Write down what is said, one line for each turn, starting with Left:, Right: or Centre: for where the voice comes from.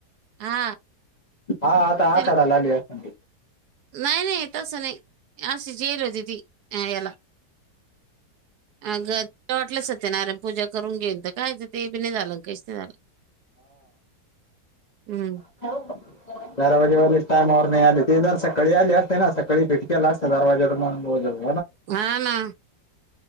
Right: हा
Left: हा आता
Right: ते
Left: आता जाय लागली आहे.
Right: नाही नाही तसं नाही अशी जेली होती याला. अगं वाटलं सत्यनारायण पूजा करून घेऊन तर काय ते बि नाही झालं काहीच नाही झालं हम्म.
Left: <unintelligible> दारवाजेवर टाइमेवर नाही आले ते जर सकाळी आली असते ना सकाळी पिटकेला असं दारवाजेून म्हणून. <unintelligible>
Right: हा ना.